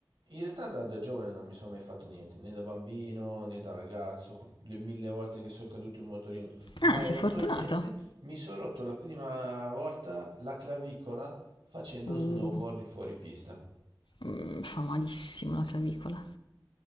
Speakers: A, on the right; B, on the left.
A: In realtà da, da giovane non mi sono mai fatto niente, né da bambino né da ragazzo, con le mille volte che sono caduto in motorino, mai
B: Ah, sei
A: rotto
B: fortunato.
A: niente. Mi sono rotto la prima volta la clavicola facendo
B: Uh,
A: snowboard in fuoripista.
B: mm, fa malissimo la clavicola.